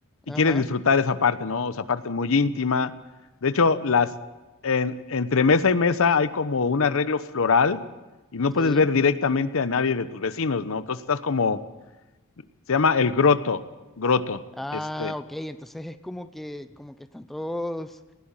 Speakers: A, on the left (about 65°); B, in the centre.
A: y
B: Ajá,
A: quiere disfrutar esa parte, ¿no? Esa parte muy íntima. De hecho, las, en- entre mesa y mesa hay como un arreglo floral y no
B: sí.
A: puedes ver directamente a nadie de tus vecinos, ¿no? Entonces estás como, se llama el groto, groto,
B: Ah,
A: este,
B: ok. Entonces es como que, como que están todos,